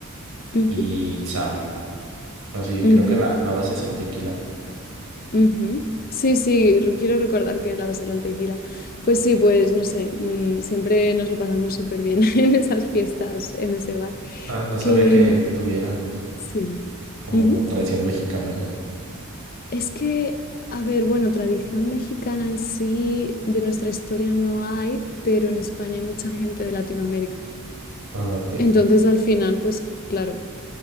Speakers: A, on the left (about 40°); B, on the right (about 85°).
A: ujú,
B: y sal. Así,
A: ujú.
B: creo que la, la base es el tequila.
A: Ujú. Sí, sí, re- quiero recordar que era la base del tequila. Pues sí, pues no sé, mm, siempre nos lo pasamos súper bien <laughs> en esas fiestas, en ese bar.
B: Ah, no
A: Que
B: sabía que
A: mm,
B: tuvieran
A: sí.
B: como
A: Ujú.
B: tradición mexicana ya.
A: Es que, a ver, bueno, tradición mexicana en sí de nuestra historia no hay, pero en España hay mucha gente de Latinoamérica.
B: Ah, ok.
A: Entonces, al final, pues claro,